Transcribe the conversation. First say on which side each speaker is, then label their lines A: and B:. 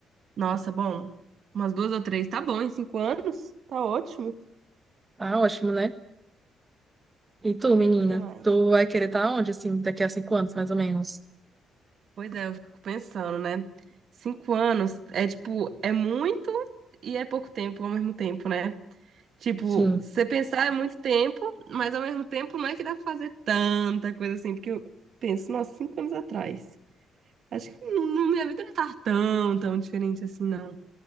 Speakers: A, on the right; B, on the right.
A: Nossa, bom. Umas duas ou três, tá bom, em cinco anos? Tá ótimo. O
B: Tá ótimo, né? E tu, menina?
A: que mais?
B: Tu vai querer estar onde, assim, daqui a cinco anos, mais ou menos?
A: Pois é, eu fico pensando, né? Cinco anos é tipo, é muito e é pouco tempo ao mesmo tempo, né? Tipo,
B: Sim.
A: você pensar é muito tempo, mas ao mesmo tempo não é que dá pra fazer tanta coisa assim, porque eu penso, nossa, cinco anos atrás. Acho que não, não- minha vida não tá tão, tão diferente assim, não.